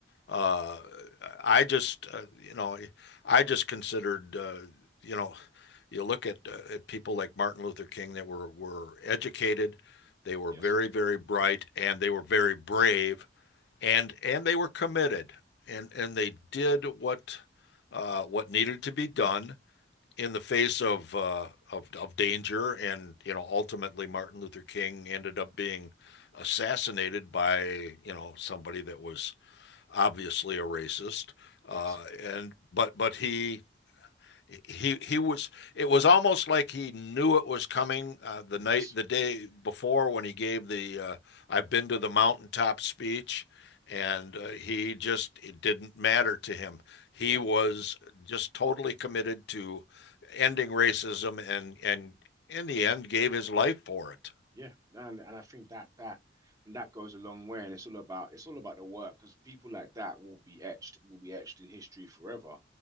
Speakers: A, on the left (about 65°); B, on the right (about 20°).
A: Uh, I just, uh, you know, I just considered, uh, you know, you look at, uh, at people like Martin Luther King that were were educated, they were
B: Yes,
A: very, very bright, and they were very brave, and and they were committed, and and they did what uh, what needed to be done in the face of uh, of of danger, and you know, ultimately Martin Luther King ended up being assassinated by, you know, somebody that was obviously a racist,
B: yes,
A: uh, and but but he he he was it was almost like he knew it was coming uh, the
B: yes,
A: night the day before when he gave the uh, I've been to the mountaintop speech and uh, he just it didn't matter to him he
B: yeah,
A: was just totally committed to ending racism and and in the end gave his life for it
B: yeah. No, And, and I think that that and that goes a long way. And it's all about it's all about the work because people like that will be etched will be etched in history forever.